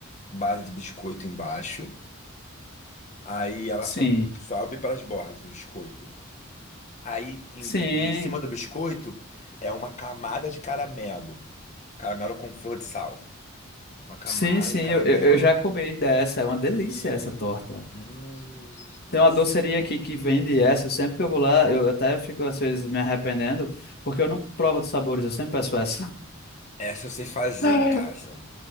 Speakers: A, on the left; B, on the left.
A: base de biscoito embaixo, aí ela
B: Sim.
A: sobe, sobe para as bordas do biscoito. Aí em,
B: Sim,
A: em cima do biscoito é uma camada de caramelo, caramelo com flor de sal. Uma camada
B: sim, sim.
A: de caramelo.
B: Eu, eu, eu já comi dessa. É uma delícia
A: Hum,
B: essa torta.
A: hum. Nossa,
B: Tem uma doceria
A: muito bom.
B: aqui que vende essa. Sempre que eu vou lá, eu até fico às vezes me arrependendo, porque eu não provo dos sabores, eu sempre peço essa.
A: Essa eu sei fazer
B: <laughs>
A: em casa.